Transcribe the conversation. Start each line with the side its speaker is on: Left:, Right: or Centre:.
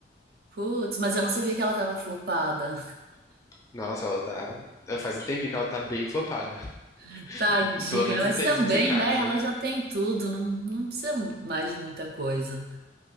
Right: Putz, mas eu não sabia que ela tava flopada.
Left: Nossa, ela tá. é, Faz um tempinho que ela tá bem flopada. <laughs>
Right: <laughs> Tadinha,
Left: Pelo menos
Right: mas
Left: em termos
Right: também,
Left: musicais,
Right: né?
Left: né?
Right: Ela já tem tudo, não, não precisa mais de muita coisa.